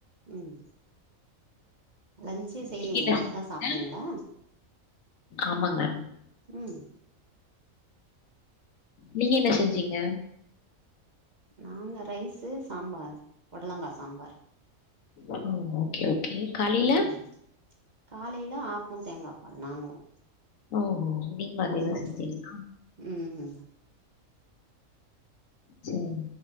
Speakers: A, on the right; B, on the left.
A: ம் லன்ச்சே செய்யலீங்களா
B: நீங்க என்ன செஞ்சீங்க?
A: அதா சாப்பிட்டங்களா
B: ஆமாங்க.
A: ம்
B: நீங்க என்ன செஞ்சீங்க
A: நாங்க ரைஸ்சு சாம்பார் பொடலங்கா சாம்பார்
B: ம் ஓகே ஓகே காலையில?
A: ம் காலையில ஆப்பம் தேங்காப்பால் நாங்களு
B: ஓ நீங்களு அதேதா
A: ம்
B: செஞ்சீங்களா
A: ம் ம்
B: சரி